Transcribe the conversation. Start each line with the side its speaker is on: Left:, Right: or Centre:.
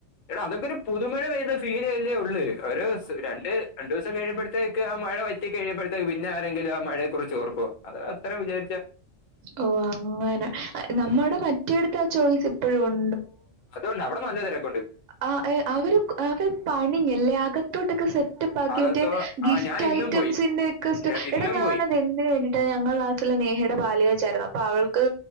Left: എടാ അതൊക്കെ ഒരു പുതുമഴ പെയ്ത ഫീൽ അല്ലേ ഉള്ള് ഒരു സ് രണ്ട് രണ്ടുദിവസം കഴിയുമ്പോഴത്തേക്ക് ആ മഴ. മഴവറ്റികഴിയുമ്പഴത്തേക്ക്പിന്നെ ആരെങ്കിലും അ മഴെക്കുറിച്ച് ഓർക്കോഅത്അത്രംവിചാ
Right: ഓ അങ്ങനെ ഹ് നമ്മുടെ മറ്റെടുത്ത് ആ ചോയ്സ് ഇപ്പോഴും ഒൻ
Left: അതുകൊണ്ട് അവിടെ നല്ല തെരക്ക്‌.
Right: ആ ഏഹ് അവര് അവര് പണിഞ്ഞല്ലേഅകത്തോട്ടൊക്കെ സെറ്റപ്പ് ആാക്കിട്ട്
Left: അകത്തോ
Right: ഗിഫ്റ്റ്
Left: ആ ഞാൻ ഇന്നും
Right: ഐറ്റംസിന്റെക്കെസ്റ്റോ
Left: പോയി ഞാ- ഇന്നും
Right: എടാ ഞാനത്
Left: പോയി
Right: എന്തിന് വേണ്ടിട്ടാ ഞങ്ങടെ ക്ലാസിലെ നേഹേടെ പാല് കാച്ച് ആയിരുന്ന് അപ്പോ അപ്പൊ അവൾക്ക്